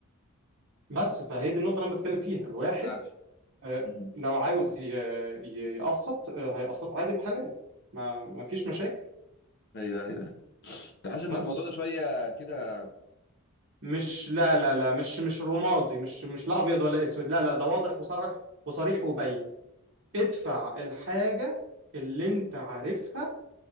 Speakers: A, on the right; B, on the left.
A: بس فهي دي النقطة اللي أنا بتكلم فيها الواحد
B: مش عارف
A: آه،
B: مم.
A: لو عاوز ي- ي- يقسط آه، هيقسط عادي بحلال ما ما فيش مشاكل
B: ايوه ايوه تحس ان
A: بس
B: الموضوع ده شويه كده
A: مش لا لا لا مش مش رمادي مش مش لا أبيض ولا أسود لا لا ده واضح وصرح وصريح وبين ادفع الحاجة اللي أنت عارفها